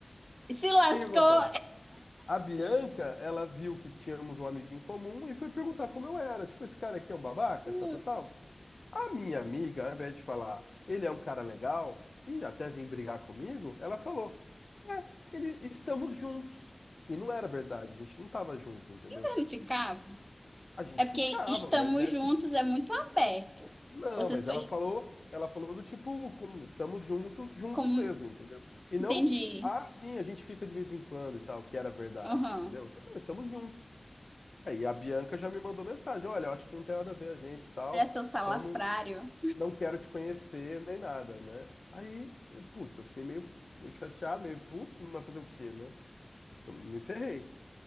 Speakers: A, in the centre; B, on the left.
A: Se lascou.
B: O que que acontece? A Bianca, ela viu que tínhamos um amigo em comum e foi perguntar como eu era. Tipo, esse cara aqui é um babaca,
A: <laughs>
B: tal, tal, tal. A minha amiga, ao invés de falar, ele é um cara legal e até vem brigar comigo, ela falou, é, ele, estamos juntos. E não era verdade, a gente não tava junto, entendeu?
A: Vocês não ficavam?
B: A gente
A: É porque
B: ficava,
A: estamos
B: mas é
A: juntos
B: tipo
A: é muito aberto.
B: Não,
A: Vocês
B: mas
A: podem.
B: ela falou, ela falou do tipo, como estamos juntos, juntos
A: Como...
B: mesmo, entendeu? E não,
A: Entendi.
B: ah, sim, a gente fica de vez em quando e tal, que era verdade,
A: Aham.
B: entendeu? Eu falei, Não, estamos juntos. Aí a Bianca já me mandou mensagem, olha, eu acho que não tem nada a ver a gente e tal,
A: Olha seu salafrário.
B: então não, não quero te conhecer nem nada, né? Aí, eu, putz, eu fiquei meio, meio chateado, meio puto, não vai fazer o quê, né? Então, me ferrei.